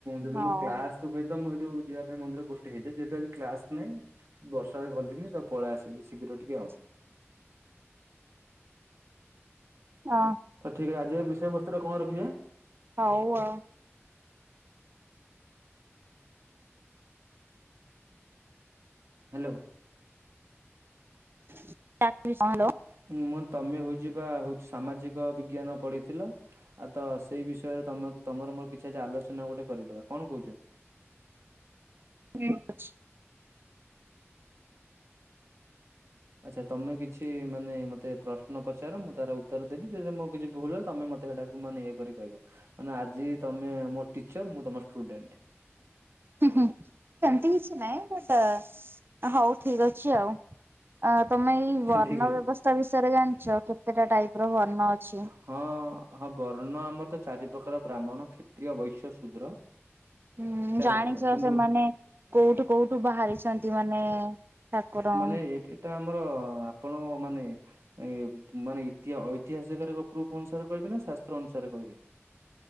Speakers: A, on the right; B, on the right.
A: ଯଦି
B: ହଉ
A: ମୋ କ୍ଲାସ
B: ହଉ
A: ତୁ ବି ତ ମୁଁ ହେଟୁ ଯିବା ପାଇଁ ମନ୍ଦିର ଗୋଟେ ହେଇଯାଏ ଯେହେତୁ ଆଜି କ୍ଲାସ ନାଇଁ ବର୍ଷାରେ ଗଲିନି ତ ପଳେଇ ଆସିଲି ଶୀଘ୍ର ଟିକେ ଆଉ
B: <unintelligible> ଅ।
A: ତ ଠିକ୍ ଆଜିର ବିଷୟବସ୍ତୁ ଟା କଣ ରଖିବା।
B: ହଉ ଅ।
A: ହ୍ୟାଲୋ।
B: ଚା ପିସ କଣ ହ୍ୟାଲୋ।
A: ହୁଁ ମୁଁ ତମେ ହଉଛି ବା ହଉଛି ସାମାଜିକ ବିଜ୍ଞାନ ପଢିଥିଲ। ଆଉ ତ ସେଇ ବିଷୟରେ ତମ ତମର ମୋର କିଛି ଆଜି ଆଲୋଚନା ଗୋଟେ କରିଦବା କଣ କହୁଛ।
B: ନିମ ଅଛି।
A: ଆଚ୍ଛା ତମେ କିଛି ମାନେ ମତେ ପ୍ରଶ୍ନ ପଚାର ମୁଁ ତାର ଉତ୍ତର ଦେବି ଯେ ମୋ କିଛି ଭୁଲ ହୁଏ ତମେ ମତେ। ସେଟାକୁ ମାନେ ଇଏ କରି କହିବ ମାନେ ଆଜି ତମେ ମୋ ଟିଚର ମୁଁ ତମ ଷ୍ଟୁଡେଣ୍ଟ।
B: ହୁଁ ସେମିତି କିଛି ନାହିଁ ବଟ୍ ହଉ ଠିକ ଅଛି ଆଉ। ଅ ତମେ ଏଇ ବର୍ଣ୍ଣ
A: ଠିକ ଅଛି।
B: ବ୍ୟବସ୍ଥା ବିଷୟରେ ଜାଣିଛ କେତେଟା ଟାଇପି ର ବର୍ଣ୍ଣ ଅଛି।
A: ହଁ ହଁ ବର୍ଣ୍ଣ ଆମର ତ ଚାରି ପ୍ରକାର ବ୍ରାହ୍ମଣ, କ୍ଷତ୍ରୀୟ, ବୈଶ୍ୟ, ଶୂଦ୍ର।
B: ହୁଁ
A: ଚାରି
B: ଜାଣିଛ
A: ପ୍ରକାର କିନ୍ତୁ
B: ସେମାନେ। କୋଉଠୁ କୋଉଠୁ ବାହାରିଛନ୍ତି ମାନେ ଠାକୁର।
A: ଏ ଏଇଟା ଆମର ଆ। ଆପଣଙ୍କ ମାନେ ଏ ମାନେ ଇ। ଇଏ ଐତିହାସିକ ଏକ ପ୍ରୁଫ୍ ଅନୁସାରେ କହିବି ନା ଶାସ୍ତ୍ର ଅନୁସାରେ କହିବି।